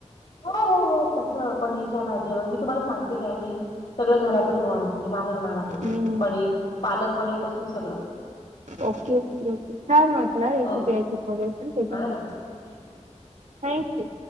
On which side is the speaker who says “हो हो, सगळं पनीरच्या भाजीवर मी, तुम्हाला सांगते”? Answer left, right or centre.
Left